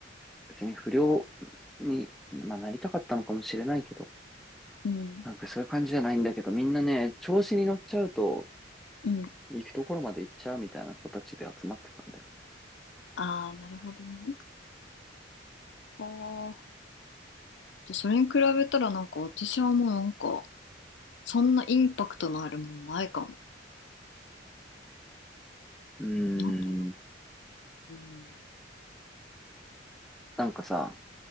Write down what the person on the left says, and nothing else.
うん。
うん。
ああ、なるほどね。ああ。じゃそれに比べたらなんか私はもうなんか、そんなインパクトのあるものないかも。
なんだろ
う。うん。